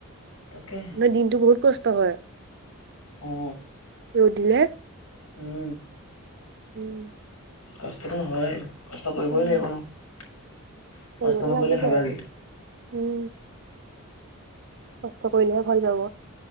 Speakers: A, on the left; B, on the right.
A: তাকে
B: দিনতটো বহুত কষ্ট হয়।
A: অঁ।
B: ৰ'দ দিলে।
A: উম।
B: উম।
A: কষ্টতো হয়, কষ্ট কৰিবই
B: উম,
A: লাগিব নহ।
B: কৰিবতো
A: কষ্ট নকৰিলে
B: লাগিবই
A: খাবা
B: আৰু।
A: কি।
B: উম, কষ্ট কৰিলেহে ফল পাব।